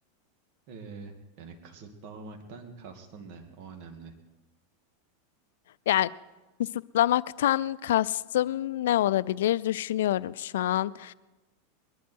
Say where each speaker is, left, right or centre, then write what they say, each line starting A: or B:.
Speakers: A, on the right; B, on the left.
A: Ee, yani kısıtlamamaktan kastın ne? O önemli.
B: Yani kısıtlamaktan kastım ne olabilir? Düşünüyorum şu an.